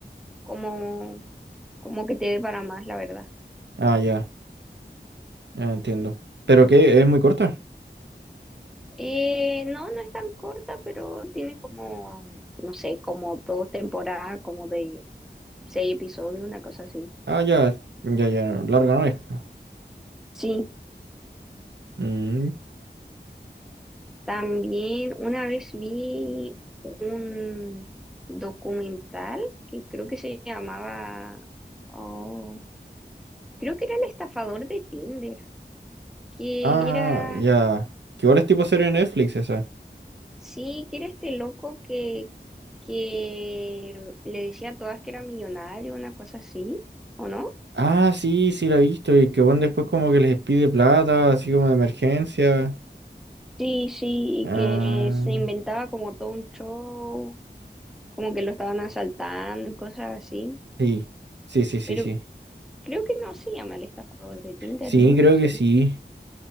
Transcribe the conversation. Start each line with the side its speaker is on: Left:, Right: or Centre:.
Centre: como, como que te dé para más, la verdad.
Right: Ah, ya, ya entiendo. ¿Pero qué? ¿Es muy corta?
Centre: Eh, no, no es tan corta, pero tiene como, no sé, como dos temporadas, como de seis episodios, una cosa así.
Right: Ah, ya, ya, ya, no, larga no es. po.
Centre: Sí,
Right: Mm,
Centre: También una vez vi un documental que creo que se llamaba, oh, creo que era el estafador de Tinder, que
Right: Ah,
Centre: era,
Right: ya. Que igual es tipo serie de Netflix esa.
Centre: sí, que era este loco que, que le decía a todas que era millonario, una cosa así, ¿o no?
Right: Ah, sí, sí la he visto. Y que bueno, después como que les pide plata, así como de emergencia.
Centre: Sí, sí,
Right: Ah,
Centre: y que se inventaba como todo un show, como que lo estaban asaltando, y cosas así,
Right: sí. Sí, sí, sí,
Centre: pero
Right: sí.
Centre: creo que no se llama el estafador de Tinder,
Right: Sí,
Centre: no lo
Right: creo
Centre: sé.
Right: que sí.